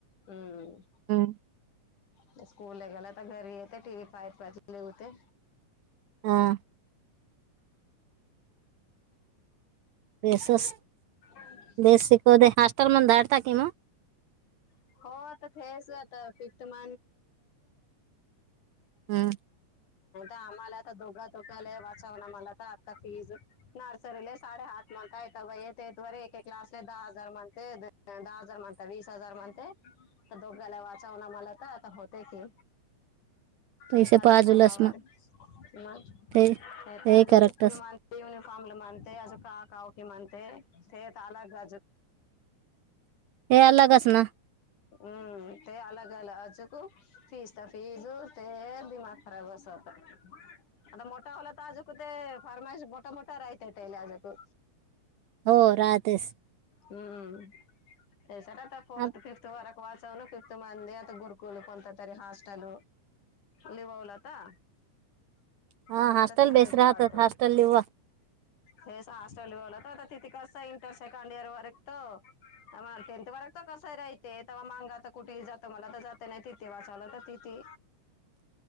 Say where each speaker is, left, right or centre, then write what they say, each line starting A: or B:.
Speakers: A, on the left; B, on the right.
A: हम्म.
B: हम्म
A: ते स्कूल ला गेला, तर घरी येते टीव्ही पाहित बसले होते.
B: हा. पेसस.
A: <inaudible>
B: <unintelligible>
A: <unintelligible> तसं नव्हतं
B: हम्म
A: आम्हाला आता दोघात -दोघाले वाचाव आम्हाला तर आता फीज, नर्सरीला साडे आठ. म्हणता एका वये ते द्वारे, एके क्लासला दहा हजार म्हणते दहा हजार म्हणता वीस हजार म्हण. काय? आता दोघाला वाचवणं, मला तर आता होते की.
B: पैसे
A: एकाच्या
B: पाजूलस
A: कामावर,
B: मग
A: मंग
B: ते
A: नायतर
B: हे
A: आज
B: करक्टस
A: भूकून माग युनिफॉर्मला मानते, आज का काव की मानते, थेट आला गाजत.
B: ते अलगच ना.
A: हम्म, ते अलग आलं अचकू. फीसता, फीज ते दिमाग खराब बस होता. आता मोठा होलात अजकुते, फर्माईश मोठा- मोठा राहिते त्याला अजूक.
B: हो राहतेस.
A: हम्म तेच आता फोर्थ,
B: आप-
A: फिफ्थ वरक वाच सेवन फिफ्त मंथ हे, आता गुरुकुल कोणतातरी हॉस्टेल. लिवावलाता.
B: हा
A: आला
B: हॉस्टेल
A: तर तिकडच
B: बेस राहतात
A: धाडतो.
B: हॉस्टेल लिव्हा
A: हेच हॉस्टेल बोलत त आता तिथे कसं येईल तसं सेकंड इयर वरकत. आमा, टेन्थ वाराच कसय राहिते तेव्हा मांगा आता कुठेही जातो मला तर जात नाही तिथे वाचावलं तर तिथी.